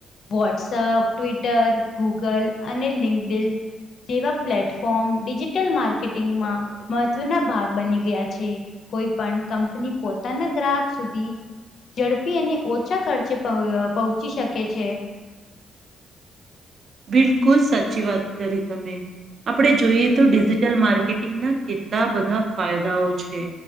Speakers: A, on the left; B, on the right.
A: WhatsApp, Twitter, Google અને લિંકડિનની. જેવા પ્લેટફોર્મ ડિજિટલ માર્કેટિંગમાં મહત્વના ભાગ બની ગયા છે. કોઈપણ કંપની પોતાના ગ્રાહક સુધી ઝડપી અને ઓછા ખર્ચે પહોંચી શકે છે.
B: બિલકુલ સાચી વાત કરી તમે આપણે જોઈએ તો ડિજિટલ માર્કેટિંગના કેટલા બધા ફાયદાઓ છે.